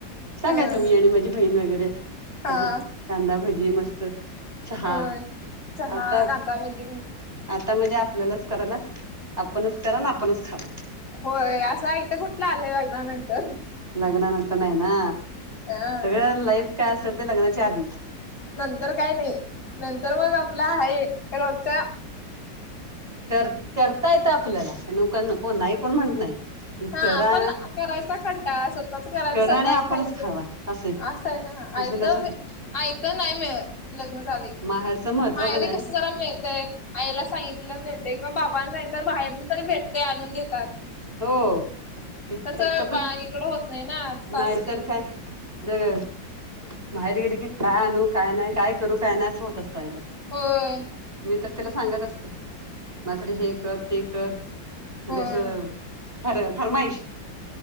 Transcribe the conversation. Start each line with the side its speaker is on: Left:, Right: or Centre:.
Right: सांगायचो
Left: हा
Right: मी आणि माझी बहीण वगैरे
Left: हा
Right: असं कांदा भजी मस्त. चहा
Left: होय चहा
Right: आता
Left: कांदा भाजी.
Right: आता म्हणजे आपल्यालाच करायला आपणच करा आणि आपणच खावं.
Left: होय असं आयत कुठलं आलंय लग्नानंतर.
Right: लग्नानंतर नाही ना
Left: अ
Right: सगळं लाईफ काय असेल ते लग्नाच्या आधीच.
Left: नंतर काय नाही नंतर मग आपलं आहे रोजच.
Right: कर करता येत आपल्याला नक कोन नाही कोण म्हणत नाही. पण
Left: हा
Right: करा
Left: पण करायचा कंटाळा असं. स्वतःच करायचं
Right: करा
Left: स्वतःच
Right: आणि आपणच
Left: खायचं
Right: खावा असे
Left: असंय ना आयत
Right: असं नसं
Left: आयत नाही मिळत. लग्न झाले की
Right: माहेरचं महत्त्व
Left: माहेरीे
Right: का नाही
Left: कस जरा मिळतय. आईला सांगितलं मिळत किंवा बाबाना सांगित तर बाहेरन तरी भेटतय आणून देतात.
Right: हो, इथ
Left: तसं
Right: इथं पण
Left: बा इकडं होत नाही ना. सासरी
Right: नाहीतर काय दगड बाहेर गेली की काय आणू काय नाही काय. करू काय नाय अस होत असतय आईला.
Left: होय
Right: मी तर तिला सांगत असते माझ्यासाठी हे कर ते कर. म्हणजे
Left: होय
Right: असं फर फरमाईश.